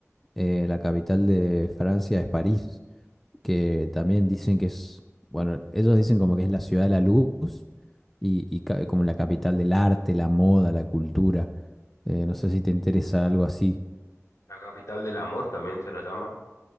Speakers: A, in the centre; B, on the left.
A: eh, la capital de Francia es París, que también dicen que es, bueno, ellos dicen como que es la ciudad de la luz y, y ca- como la capital del arte, la moda, la cultura. Eh, no sé si te interesa algo así.
B: la capital del amor también se la llama,